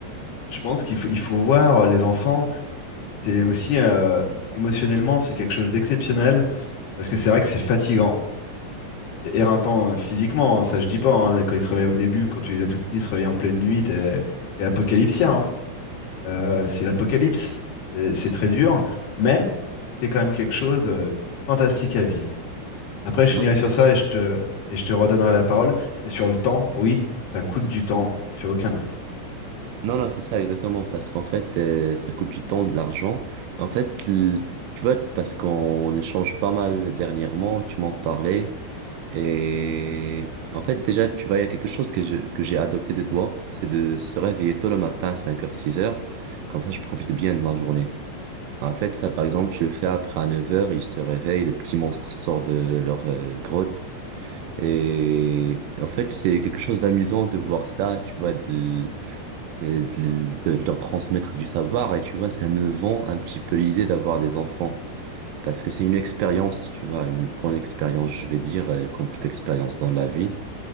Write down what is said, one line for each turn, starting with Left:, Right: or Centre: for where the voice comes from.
Left: je pense qu'il faut, il faut voir les enfants. C'est aussi euh, émotionnellement, c'est quelque chose d'exceptionnel parce que c'est vrai que c'est fatigant. C'est éreintant euh, physiquement, hein, ça je dis pas. hein. Quand ils se réveillent au début, quand tu les as tout petits, ils se réveillent en pleine nuit, t'es- c'est apocalyptien. hein. Euh, c'est l'apocalypse. C'est c'est très dur, mais c'est quand même quelque chose euh, de fantastique à vivre. Après, je
Right: Non,
Left: finirai
Right: c'est
Left: sur ça
Right: ça.
Left: et je te, et je te redonnerai la parole. C'est sur le temps, oui, ça coûte du temps, ça fait aucun doute.
Right: non, non, c'est ça exactement, parce qu'en fait, euh, ça coûte du temps, de l'argent. En fait, l- tu vois, parce qu'on échange pas mal dernièrement, tu m'en parlais. Et en fait, déjà, tu vois, il y a quelque chose que je, que j'ai adopté de toi, c'est de se réveiller tôt le matin, cinq heures six heures Comme ça, je profite bien de ma journée. En fait, ça, par exemple, je le fais après à neuf heures ils se réveillent le petit monstre sort de leur euh, grotte. Et en fait, c'est quelque chose d'amusant de voir ça, tu vois, de, de- de de leur transmettre du savoir. Et tu vois, ça me vend un petit peu l'idée d'avoir des enfants. Parce que c'est une expérience, tu vois, une bonne expérience, je vais dire, euh, comme toute expérience dans la vie.